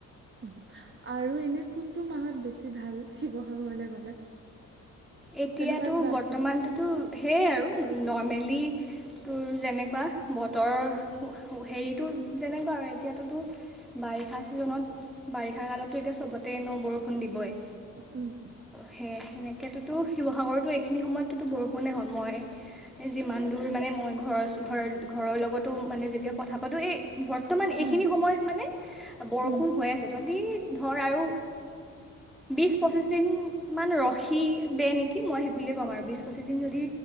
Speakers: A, on the right; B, in the centre.
A: উ আৰু এনে কোনটো মাহত বেছি ভাল শিৱসাগৰলে গলে।
B: এতিয়াতো
A: তেনেকুৱা কিবা
B: বৰ্তমানটোতো
A: আছেনে
B: সেইয আৰু ন মেলি তোৰ যেনেকুৱা বতৰ, হেৰিটো যেনেকুৱা আৰু এতিয়াতোতো বাৰিষা ছিজনত বাৰিষা কালততো এতিয়া চবতে ন বৰষুণ দিবই।
A: উম।
B: সেয় সেনেকে কিন্তু শিৱসাগৰতো এইখিনি সময়ততো বৰষুণে হয়'। মই যিমান দূৰ মানে মই ঘৰৰ ঘৰৰ ঘৰৰ লগতো মানে যেতিয়া কথা পাতোঁ এই বৰ্তমান
A: উম
B: এইখিনি সময়ত মানে বৰষুণ
A: উম
B: হৈ আছে। যদি ধৰ আৰু বিছ পঁচিছ দিনমান ৰখি দে নেকি মই সেই বুলিয়ে ক'ম আৰু বিশছ পঁচিছ দিন যদি